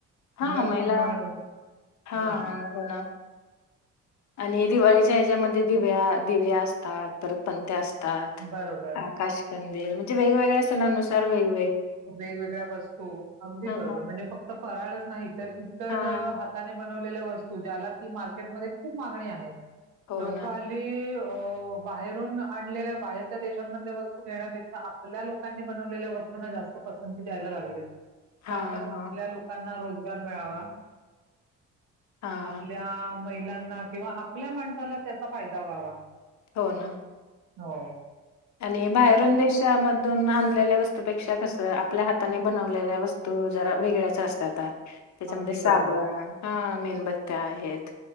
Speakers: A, on the left (about 65°); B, on the right (about 85°).
A: हा
B: घर
A: महिला
B: सांभाळून
A: हा
B: हां,
A: हा हो ना. आणि दिवाळीच्या ह्याच्यामध्ये दिव्या दिव्या असतात तर पण असतात
B: बरोबर.
A: आकाश, कंदील म्हणजे वेगवेगळ्या सणानुसार वेग
B: वेगवेगळ्या वस्तू अगदी
A: हां,
B: बरोबर. म्हणजे फक्त फराळच नाही. तर इतर..
A: हां.
B: हाताने ब बनवलेल्या वस्तू ज्याला की मार्केटमध्ये खूप मागणी आहे.
A: हो
B: लोक
A: ना.
B: हल्ली बाहेरून आणलेल्या बाहेरच्या देशांमधल्या वस्तू घेण्यापेक्षा. आपल्या लोकांनी बनवलेल्या वस्तू ना जास्त पसंती द्यायला लागलेत.
A: हां,
B: का तर? आपल्या
A: हां.
B: लोकांना रोज बाजार मिळावा
A: हां.
B: आपल्या महिलांना किंवा आपल्या माणसाला त्याचा फायदा व्हावा.
A: हो.. ना.
B: हो.
A: आणि बाहेरून
B: त्या
A: देशामध्ये तून आणलेल्या वस्तूपेक्षा. कस आपल्या हाताने बनवलेल्या वस्तू जरा वेगळ्याच असतात. त्याच्यामध्ये
B: अगदी
A: साबण,
B: बरोबर
A: ह. मेनबत्त्या आहेत.